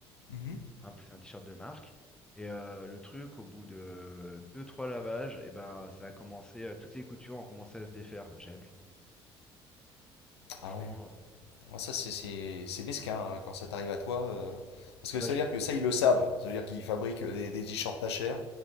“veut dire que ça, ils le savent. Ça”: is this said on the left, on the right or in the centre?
Left